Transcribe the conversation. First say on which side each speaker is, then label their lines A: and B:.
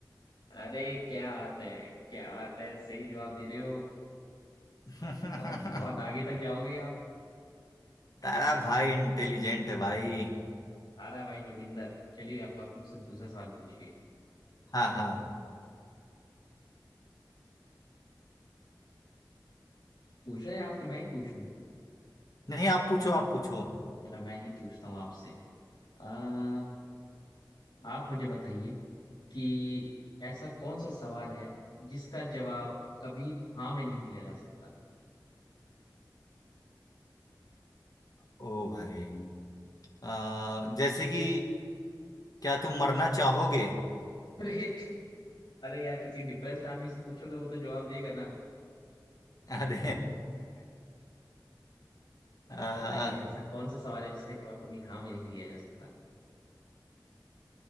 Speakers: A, on the left; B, on the left.
A: अरे क्या बात है क्या बात है सही जवाब दे रहे हो
B: <laughs>
A: बहुत बहुत आगे तक जाओगे आप
B: तारा भाई इंटेलिजेंट है भाई
A: सारा भाई जोगिंदर चलिए अब आप मुझसे दूसरा सवाल पूछिए
B: हाँ हाँ
A: पूछ रहे हैं आपके मैं ही पूछूं
B: नहीं आप पूछो आप पूछो
A: चलो मैं ही पूछता हूँ आपसे आ, आप मुझे बताइए कि ऐसा कौन सा सवाल है जिसका जवाब कभी हाँ में नहीं दिया जा सकता <laughs>
B: ओ भाई अ, जैसे कि क्या तुम मरना चाहोगे
A: अरे अरे यार किसी डिप्रेस्ड आदमी से पूछोगे वो तो जवाब देगा ना
B: अरे <laughs> अ,
A: बताइए ऐसा कौन सा सवाल है जिसका जवाब कभी हाँ में नहीं दिया जा सकता